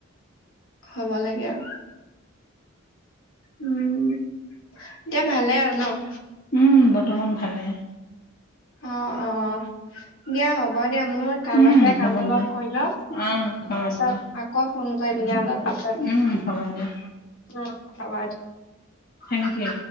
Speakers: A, on the left (about 70°); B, on the left (about 45°).
A: হব লাগে আৰু, উম। এতিয়া ভালে আৰু ন?
B: উম, বৰ্তমান ভালে।
A: অঁ, অ, দিয়া হ'ব দিয়া, মোৰ কাম
B: উম,
A: আছে
B: হ'ব
A: কাম অলপ
B: দিয়া।
A: কৰি লম।
B: অ', হ'ব
A: তাৰপাছত
B: দিয়া।
A: আকৌ ফোন কৰিম দিয়া, অলপ পাছত।
B: উম, হ'ব দিয়া।
A: উম, হব।
B: Thank U.